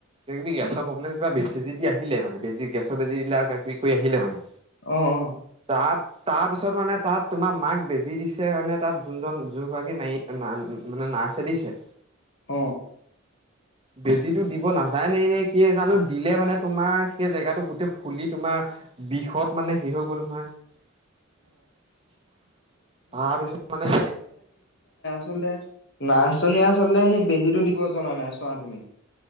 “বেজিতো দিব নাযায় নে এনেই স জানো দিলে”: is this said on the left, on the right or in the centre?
Right